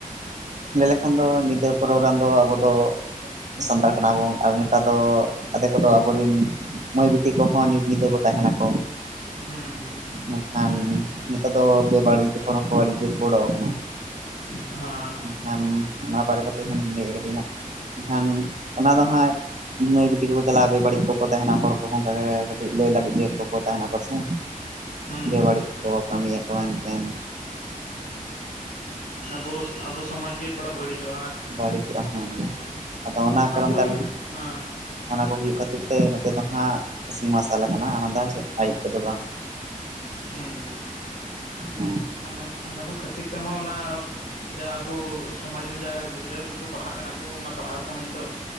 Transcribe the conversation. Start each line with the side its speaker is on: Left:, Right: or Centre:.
Right: ᱞᱟᱹᱭ ᱞᱮᱠᱷᱟᱱ ᱫᱚ ᱧᱤᱫᱟᱹ ᱯᱨᱳᱜᱨᱟᱢ ᱫᱚ ᱟᱵᱚ ᱫᱚ ᱥᱟᱱᱛᱟᱲ ᱠᱟᱱᱟᱵᱚᱱ, ᱟᱨ ᱱᱮᱛᱟᱨ ᱫᱚ ᱟᱫᱮ ᱠᱚᱫᱚ ᱟᱵᱚᱨᱤᱱ ᱢᱟᱹᱭ ᱵᱤᱴᱤ ᱠᱚᱦᱚᱸ ᱧᱩᱛ ᱧᱤᱫᱟᱹ ᱠᱚ ᱛᱟᱦᱮᱱᱟ ᱠᱚ,
Left: ᱦᱩᱸ ᱦᱩᱸ
Right: ᱢᱮᱱᱠᱷᱟᱱ ᱱᱮᱛᱟᱨ ᱫᱚ ᱵᱮ ᱵᱟᱹᱲᱤᱡ ᱦᱚᱲᱠᱚ ᱟᱹᱰᱤ ᱡᱳᱨ ᱠᱚ ᱚᱰᱚᱠ ᱟᱠᱟᱱᱟ᱾
Left: ᱦᱟᱸ᱾
Right: ᱮᱱᱠᱷᱟᱱ ᱚᱱᱟ ᱵᱟᱨᱮ ᱠᱚᱛᱮ ᱦᱚ ᱞᱟᱹᱭ ᱦᱟᱴᱤᱧᱟ ᱮᱱᱠᱷᱟᱱ ᱚᱱᱟ ᱫᱚ ᱦᱟᱸᱜ ᱢᱟᱹᱭ ᱵᱤᱴᱤ ᱠᱚᱠᱚ ᱪᱟᱞᱟᱜᱼᱟ ᱵᱮᱵᱟᱹᱲᱤᱡ ᱠᱚᱠᱚ ᱛᱟᱦᱮᱱᱟ ᱦᱚᱲ ᱠᱚᱦᱚᱸ ᱚᱱᱠᱟ ᱜᱮ ᱠᱟᱹᱴᱤᱡ ᱞᱟᱹᱭ ᱞᱟᱹᱜᱤᱫ ᱛᱮ ᱠᱚ ᱛᱟᱦᱮᱱᱟ ᱯᱟᱥᱮ,
Left: ᱦᱩᱸ
Right: ᱵᱮ
Left: ᱦᱩᱸ
Right: ᱵᱟᱹᱲᱤᱡ ᱠᱚ ᱠᱟᱹᱢᱤᱭᱟ ᱠᱚ ᱦᱮᱱᱛᱮᱱ᱾
Left: ᱦᱩᱸ ᱟᱵᱚ ᱟᱵᱚ ᱥᱚᱢᱟᱡᱽ ᱡᱟᱹᱛ ᱛᱷᱚᱲᱟ ᱵᱟᱹᱲᱤᱡᱚᱜᱼᱟ ᱦᱮᱸ ᱥᱮ,
Right: ᱵᱟᱹᱲᱤᱡᱚᱜᱼᱟ ᱦᱮᱸ ᱟᱫᱚ
Left: ᱚᱱᱟ
Right: ᱠᱟᱨᱚᱱ
Left: ᱠᱚ ᱦᱩᱭᱩᱜ
Right: ᱛᱮ ᱟᱞᱮ
Left: ᱦᱮᱸ
Right: ᱚᱱᱟ ᱠᱚ ᱦᱩᱭᱩᱜ ᱠᱷᱟᱹᱛᱤᱨ ᱛᱮ ᱱᱚᱛᱮ ᱫᱚ ᱦᱟᱸᱜ ᱥᱤᱧ ᱢᱟᱨᱥᱟᱞ ᱟᱠᱟᱱᱟ ᱚᱱᱟ ᱫᱚ ᱟᱹᱭᱩᱵ ᱠᱚᱫᱚ ᱵᱟᱝ᱾
Left: ᱦᱩᱸ ᱦᱩᱸ
Right: ᱦᱩᱸ
Left: ᱚᱱᱟ ᱚᱱᱟ ᱠᱚ ᱠᱷᱟᱹᱛᱤᱨ ᱛᱮᱦᱚᱸ ᱚᱱᱟ ᱡᱟ ᱟᱵᱚ ᱥᱚᱢᱟᱡᱽ ᱨᱮᱱ ᱡᱟ ᱜᱤᱫᱽᱨᱟᱹ ᱠᱚᱠᱚ ᱯᱟᱲᱦᱟᱜ ᱠᱟᱱᱟ ᱠᱚ ᱚᱱᱟ ᱯᱟᱲᱦᱟᱣ ᱠᱚᱦᱚᱸ ᱱᱤᱛᱚᱜ